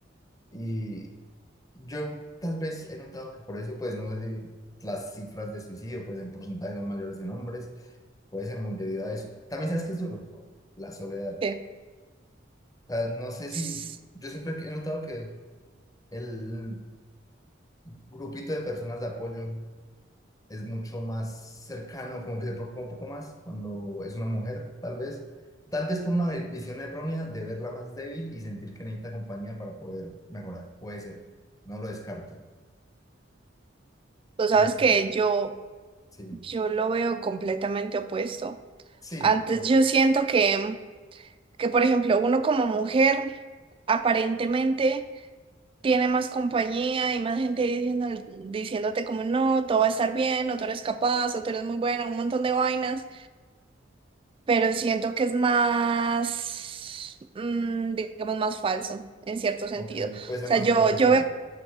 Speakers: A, on the left; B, on the right.
A: Y, Yo tal vez he notado que por eso, pues no sé si las cifras de suicidio, pues en porcentaje son mayores en hombres, puede ser muy debido a eso. También sabes que es duro, la soledad.
B: que
A: O sea, no sé si,
B: s-
A: yo siempre he notado que el grupito de personas de apoyo es mucho más cercano, como que se preocupa un poco más cuando es una mujer, tal vez. Tal vez por una ve- visión errónea de verla más débil y sentir que necesita compañía para poder mejorar. Puede ser, no lo descarto.
B: Tú sabes
A: Pero,
B: que yo,
A: sí.
B: yo lo veo completamente opuesto.
A: Sí,
B: Antes
A: está bien.
B: yo siento que, que, por ejemplo, uno como mujer aparentemente tiene más compañía y más gente diciendo, diciéndote como no, todo va a estar bien, o tú eres capaz, o tú eres muy buena, un montón de vainas. pero siento que es más, mm, digamos, más falso en cierto sentido.
A: ok,
B: O
A: puede ser
B: sea,
A: más
B: yo,
A: superficial.
B: yo veo,